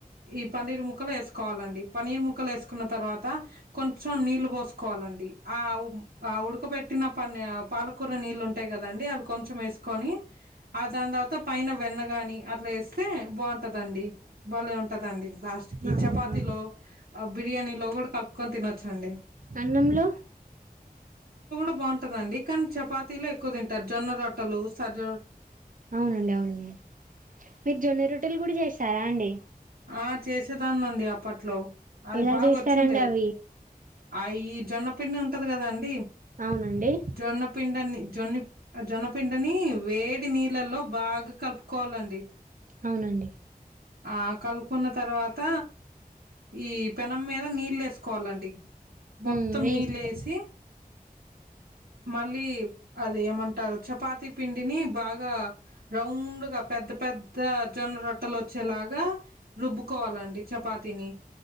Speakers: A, on the right (about 90°); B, on the right (about 60°).
A: ఈ పన్నీర్ ముక్కలో ఏసుకోవాలండి పన్నీర్ ముక్కలో ఏసుకున్న తరువాత కొంచం నీళ్లు పోసుకోవాలండి ఆ ఉ ఉడకబెట్టిన పన్ పాలకూర నీళ్లు ఉంటాయి కదా దండి అవి కొంచం వేసుకొనిని దాని తర్ పైన వెన్న కాని అట్లా వేస్తే బాగుంటద అండి బలే ఉంటదండి లాస్ట్కి
B: అవునా
A: చపాతీలో బిర్యానీలో కూడా కలుపుకొని తినవచ్చండి
B: అన్నంలో
A: బాగుంటందండి కానీ చపాతీలో ఎక్కువ తింటారు జొన్న రొట్టలు సజ
B: అవునండి అవును లే మీరు జొన్న రొట్టెలు కూడా చేస్తారా అండి
A: ఆ చేసేదాన్నండి అప్పట్లో అది
B: ఎలా
A: బాగా
B: చేస్తారండి
A: వచ్చుండేది
B: అవి
A: అ ఈ జొన్న పిండి ఉంటది కదా అండి
B: అవునండి
A: జొన్న పిండని ఆ జొన పిండని వేడి నీళ్ళల్లో బాగా కలుపుకోవాలండి
B: అవునండి
A: ఆ కలుపుకున్న తర్వాత ఈ పెనం మీద నీళ్ళు వేసుకోవాలండి మొత్తం
B: ఉమ్ వేసుకో
A: నీళ్ళు ఎసి మళ్ళీ అది ఏమంటారు చపాతి పిండిని బాగా రౌండ్ గా పె పెద్ద పెద్ద జొన్న రొట్టలు వచ్చేలాగా రుబ్బుకోవాలండి చపాతిని